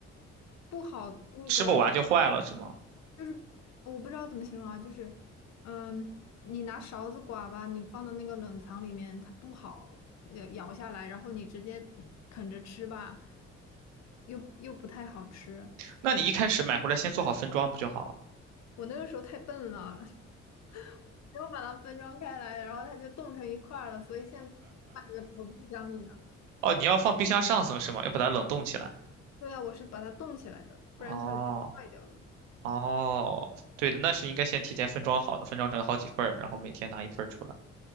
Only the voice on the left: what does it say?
不好那个
就是我不知道怎么形容啊，就是嗯，你拿勺子刮吧，你放到那个冷藏里面，它不好呃咬下来，然后你直接嗯啃着吃吧，又又不太好吃。
我那个时候太笨了，<laughs> 没有把它分装开来，然后它就冻成一块儿了，所以现在卖给我不讲理呢。
对啊，我是把它冻起来的，不然它容易坏掉了。